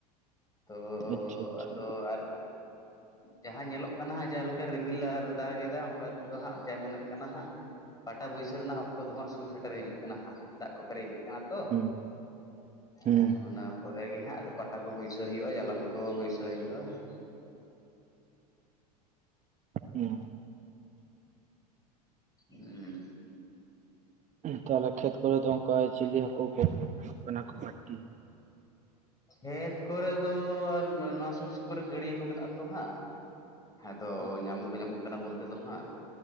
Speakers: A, on the left; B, on the right.
A: ᱛᱚ
B: ᱟᱪᱪᱷᱟ ᱟᱪᱪᱷᱟ
A: ᱟᱫᱚ ᱟᱨ ᱡᱟᱦᱟᱸ ᱧᱮᱞᱚᱜ ᱠᱟᱱᱟ ᱦᱟᱸ ᱡᱟᱦᱟᱸᱮ ᱨᱤᱢᱤᱞ ᱟᱨ ᱫᱟᱜ ᱮᱫᱟᱭ ᱚᱱᱠᱟ ᱛᱮᱫᱚ ᱦᱟᱸᱜ ᱡᱟ ᱢᱚᱱᱮᱜ ᱠᱟᱱᱟ ᱦᱟᱸᱜ ᱯᱟᱴᱟ ᱵᱟᱹᱭᱥᱟᱣ ᱨᱮᱱᱟᱜ ᱚᱠᱛᱚ ᱫᱚ ᱦᱟᱸᱜ ᱥᱩᱨ ᱥᱮᱴᱮᱨ ᱯᱮᱨᱮᱡᱚᱜ ᱠᱟᱱᱟ ᱦᱟᱜ ᱫᱟᱜ ᱠᱚ ᱯᱮᱨᱮᱡ ᱤᱫᱤᱜ ᱠᱟᱱᱟ ᱛᱚ
B: ᱦᱩᱸ
A: ᱦᱮᱸ
B: ᱦᱩᱸ
A: ᱚᱱᱟ ᱯᱚᱨᱮᱜᱮ ᱜᱮ ᱦᱟᱸᱜ ᱟᱫᱚ ᱯᱟᱴᱟ ᱠᱚ ᱵᱟᱹᱭᱥᱟᱹᱣ ᱦᱩᱭᱩᱜᱼᱟ ᱡᱟᱞᱟᱢ ᱠᱚ ᱵᱟᱹᱭᱥᱟᱹᱣ ᱦᱩᱭᱩᱜᱼᱟ ᱦᱟᱜ
B: ᱚᱸ
A: ᱩᱸ
B: ᱛᱟᱦᱚᱞᱮ ᱠᱷᱮᱛ ᱠᱚᱨᱮ ᱫᱚ ᱚᱱᱠᱟ ᱪᱤᱞᱤ ᱦᱟᱹᱠᱩ ᱠᱷᱮᱛ ᱠᱟᱱᱟ ᱠᱚ ᱵᱟᱹᱲᱛᱤ
A: ᱠᱷᱮᱛ ᱠᱚᱨᱮ ᱫᱚ ᱱᱚᱣᱟ ᱥᱩᱨ ᱥᱩᱯᱩᱨ ᱨᱮ ᱜᱟᱹᱰᱭᱟᱹ ᱠᱚ ᱢᱮᱱᱟᱜ ᱟᱛᱚ ᱦᱟᱸᱜ ᱟᱫᱚ
B: ᱫᱚ
A: ᱧᱟᱢ ᱫᱚᱠᱚ ᱧᱟᱢᱚᱜ ᱠᱟᱱᱟ ᱵᱚᱞᱛᱮ ᱫᱚ ᱦᱟᱸᱜ